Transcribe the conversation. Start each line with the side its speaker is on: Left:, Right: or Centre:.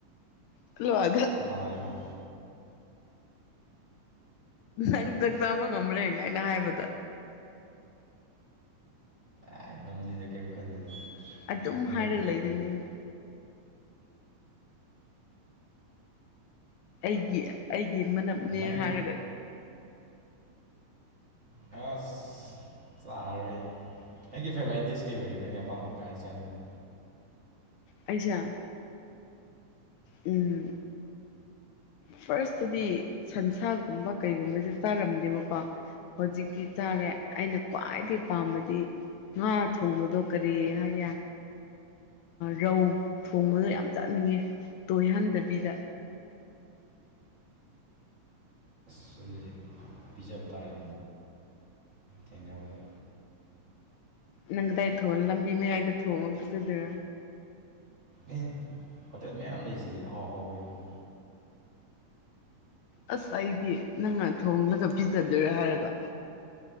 Left: ꯍꯜꯂꯣ
Right: ꯃꯥꯔꯒ
Left: ꯅꯪ ꯆꯥꯛ ꯆꯥꯕ ꯉꯝꯕ꯭ꯔ ꯌꯦꯡꯉꯣ ꯑꯩꯅ ꯍꯥꯏꯕꯗ
Right: ꯍꯥꯏ ꯉꯝꯅꯤꯗ ꯀꯔꯤꯝ ꯈꯟꯗꯦꯗ
Left: ꯑꯗꯨꯝ
Right: ꯌꯥꯝ ꯈꯟꯖꯟꯗ꯭ꯔꯒ
Left: ꯍꯥꯏꯔꯒ ꯂꯩꯗꯣꯏꯅꯦ
Right: ꯂꯣꯏ
Left: ꯑꯩꯅ ꯑꯩꯒꯤ ꯑꯩꯒꯤ ꯃꯅꯞꯅꯦ
Right: ꯅꯪ
Left: ꯍꯥꯏꯔꯒ
Right: ꯑꯁ ꯆ ꯍꯩ ꯑꯩꯒꯤ ꯐꯦꯕꯣꯔꯥꯏꯠ ꯗꯤꯁ ꯀꯩ ꯑꯣꯏꯒꯦ ꯅꯪꯒꯤ ꯑꯄꯥꯝꯕ ꯑꯝꯇ ꯍꯥꯏ ꯆꯥꯅꯤꯡꯉꯤ
Left: ꯑꯩꯁꯥ ꯎꯝ ꯐꯥꯔꯁꯇꯗꯤ ꯁꯟꯁꯥꯒꯨꯝꯕ ꯀꯩꯒꯨꯝꯕꯁꯦ ꯇꯥꯔꯝꯗꯦꯕꯀꯣ ꯍꯧꯖꯤꯛꯇꯤ ꯆꯥꯔꯦ ꯑꯩꯅ ꯈ꯭ꯋꯥꯏꯗꯒꯤ ꯄꯥꯝꯕꯗꯤ ꯉꯥ ꯊꯣꯡꯕꯗꯣ ꯀꯔꯤ ꯍꯥꯏꯌꯦ ꯔꯧ ꯊꯣꯡꯕꯗꯣ ꯌꯥꯝ ꯆꯥꯅꯤꯡꯉꯦ ꯇꯣꯏꯍꯟꯗꯕꯤꯗ
Right: ꯑꯗꯨꯁ ꯄꯤꯖꯕ ꯇꯥꯔꯦ ꯊꯦꯡꯅꯕꯗ
Left: ꯅꯪ ꯀꯗꯥꯏ ꯊꯣꯡ ꯂꯝꯕꯤ ꯃꯌꯥꯏꯗ ꯊꯣꯡꯉ ꯄꯤꯖꯗꯣꯏꯔꯣ
Right: ꯑꯦ ꯍꯣꯇꯦꯜ ꯃꯌꯥꯝ ꯂꯩꯁꯤꯗꯤ ꯑꯍꯥꯎ ꯑꯍꯥꯎꯕ ꯌꯣꯟꯃꯤ
Left: ꯑꯁ ꯑꯩꯗꯤ ꯅꯪꯅ ꯊꯣꯡꯂꯒ ꯄꯤꯖꯗꯣꯏꯔꯥ ꯍꯥꯏꯔꯒ